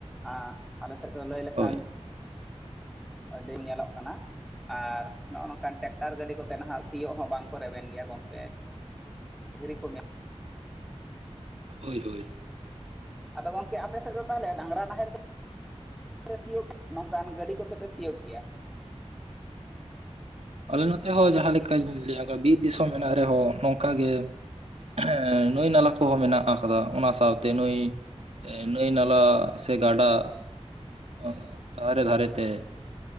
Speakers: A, in the centre; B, on the right (about 65°).
A: ᱟ ᱟᱞᱮᱥᱮᱫ ᱫᱚ ᱞᱟᱹᱭ ᱞᱮᱠᱷᱟᱱ
B: ᱦᱳᱭ
A: ᱟᱹᱰᱤᱢ ᱧᱮᱞᱚᱜ ᱠᱟᱱᱟ ᱟᱨ ᱱᱚᱜᱼᱚ ᱱᱚᱝᱠᱟᱱ ᱴᱮᱠ ᱴᱟᱨ ᱜᱟᱹᱰᱤ ᱠᱚᱛᱮ ᱱᱟᱦᱟᱜ ᱥᱤᱭᱚᱜ ᱦᱚᱸ ᱵᱟᱝ ᱠᱚ ᱨᱮᱵᱮᱱ ᱜᱮᱭᱟ ᱜᱚᱝᱠᱮ ᱫᱷᱤᱨᱤ ᱠᱚ ᱢᱮ
B: ᱦᱳᱭ ᱦᱳᱭ ᱾
A: ᱟᱫᱚ ᱜᱚᱝᱠᱮ ᱟᱯᱮ ᱥᱮᱫ ᱫᱚ ᱛᱟᱦᱟᱞᱮ ᱰᱟᱝᱨᱟ ᱱᱟᱦᱮᱞ ᱛᱮ ᱯᱮ ᱥᱤᱭᱳᱜ ᱱᱚᱝᱠᱟᱱ ᱜᱟᱹᱰᱤ ᱠᱚᱛᱮ ᱯᱮ ᱥᱤᱭᱳᱜ ᱜᱮᱭᱟ?
B: ᱟᱞᱮ ᱱᱚᱛᱮ ᱦᱚᱸ ᱡᱟᱦᱟᱸ ᱞᱮᱠᱟᱧ ᱞᱟᱹᱭᱟ ᱟᱠᱟ ᱵᱤᱨ ᱫᱤᱥᱚᱢ ᱢᱮᱱᱟᱜ ᱨᱮᱦᱚᱸ ᱱᱚᱝᱠᱟ ᱜᱮ <unintelligible> ᱱᱟᱹᱭ ᱱᱟᱞᱟ ᱠᱚᱦᱚᱸ ᱢᱮᱱᱟᱜ ᱟᱠᱟᱫᱟ ᱚᱱᱟ ᱥᱟᱶᱛᱮ ᱱᱟᱹᱭ ᱱᱟᱹᱭ ᱱᱟᱞᱟ ᱥᱮ ᱜᱟᱰᱟ <unintelligible> ᱫᱷᱟᱨᱮ ᱫᱷᱟᱨᱮ ᱛᱮ ᱾